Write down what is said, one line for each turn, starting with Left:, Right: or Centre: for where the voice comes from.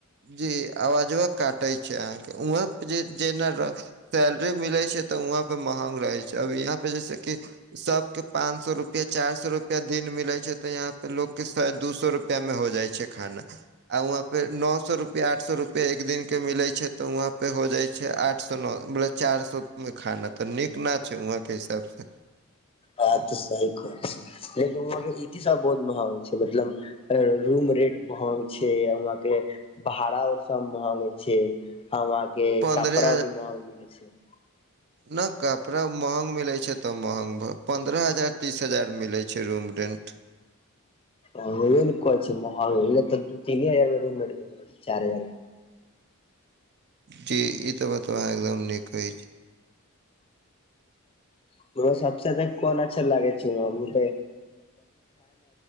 Right: जी आवाजवा काटे छै अहाँकेँ वहाँं पर जे जेना सैलरी मिलै छै त वहाँ पे महग रहै छै अब यहाँ पे जैस कि सभ के पाँच सए रुपआ चार सए रुपआ दिन मिले छै ते यहा पे लोग के दू सए रुपआ मे हो जाइ छै खाना आ वहा पे नओ सए रुपआ आठ सए रुपआ एक दिन के मिले छै तो वहा पे हो जाय छै छै आठ सँ नऽ चार सौ मे खाना तऽ नीक ना छै वहाँ के हिसाब से
Left: ब तऽ सही कहे छै लेकिन वहाँ केँ इ सब बहुत महंग छै मतलब रूम रेट बहुत छै वहाँ केँ भाड़ा सब महंग छै वहाँ केँ
Right: पन्द्रह
Left: कपड़ा भी महंग मिले छै
Right: नहि कपड़ा महंग मिलैछै तब महंग भ पन्द्रह हजार तीस हजार मिलै छै रूम रेन्ट
Left: अनैरे नऽ कहै छी महंग अनै तऽ तीन हजार रूम रेंट चार हजार
Right: जी इ तऽ बतबा अहाँ एकदम नीक कहै छी
Left: <unintelligible> सबसे तऽ कोन अच्छा लागे छ तऽ